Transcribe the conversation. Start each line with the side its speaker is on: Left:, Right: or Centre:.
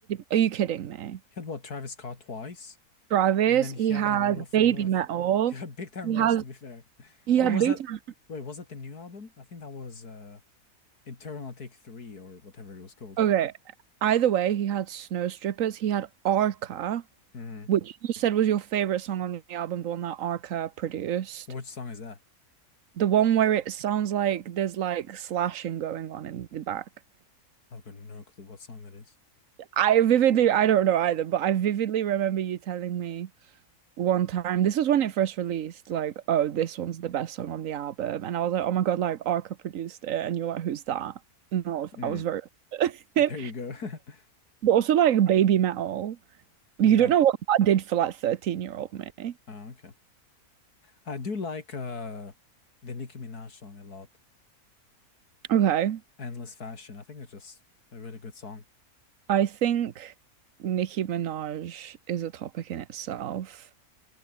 Right: are you kidding me?
Left: had what Travis Scott twice,
Right: Travis,
Left: and then
Right: he
Left: he
Right: has
Left: had a lot of
Right: Baby
Left: a lot
Right: Metal.
Left: of <laughs> he had Big Time
Right: He
Left: Rush
Right: has
Left: to be fair.
Right: he
Left: Or
Right: had
Left: was
Right: big
Left: that
Right: time.
Left: wait, was that the new album? I think that was uh Eternal Take Three or whatever it was called.
Right: Okay, either way, he had Snow Strippers. He had Arca,
Left: Mm.
Right: which you said was your favorite song on the album, the one that Arca produced.
Left: Which song is that?
Right: The one where it sounds like there's like slashing going on in the back.
Left: I've got no clue what song that is.
Right: I vividly, I don't know either, but I vividly remember you telling me one time. This was when it first released, like, oh, this one's the best song on the album. And I was like, oh my God, like Arca produced it. And you're like, who's that? And I was,
Left: Mm.
Right: I was very
Left: <laughs> There
Right: <laughs>
Left: you go. <laughs>
Right: But also like baby metal.
Left: Yeah.
Right: You don't know what that did for like 13 year old me.
Left: uh, okay. I do like uh the Nicki Minaj song a lot.
Right: Okay.
Left: Endless Fashion. I think it's just a really good song.
Right: I think Nicki Minaj is a topic in itself